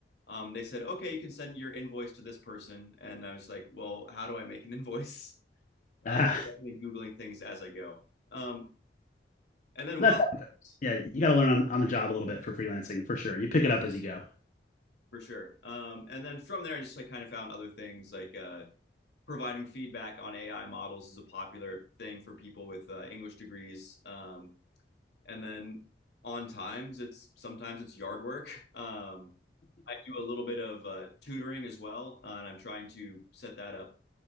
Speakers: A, on the left; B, on the left.
A: um, they said, "Okay, you can send your invoice to this person," and I was like, "Well, how do I make an <laughs> invoice?" Uh,
B: ah.
A: so definitely googling things as I go. Um,
B: <laughs>
A: and then
B: That's
A: while
B: yeah, you got to learn on, on the job a little bit for freelancing for sure. You pick it up as you go.
A: for sure, um, and then from there, I just like kind of found other things like. Uh, providing feedback on AI models is a popular thing for people with uh, English degrees. Um, and then on times, it's sometimes it's yard work. <laughs> Um, I do a little bit of uh, tutoring as well, uh, and I'm trying to set that up.